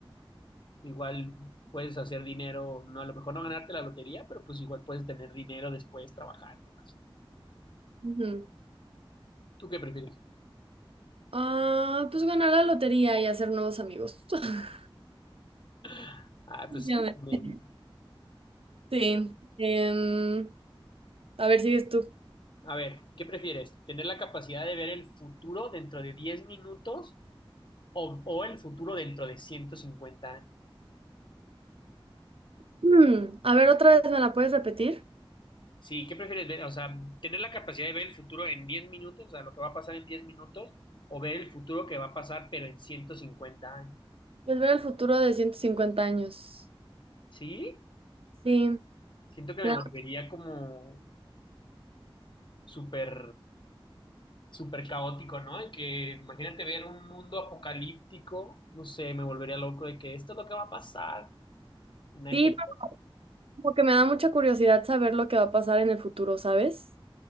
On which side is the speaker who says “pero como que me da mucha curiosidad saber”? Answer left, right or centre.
Right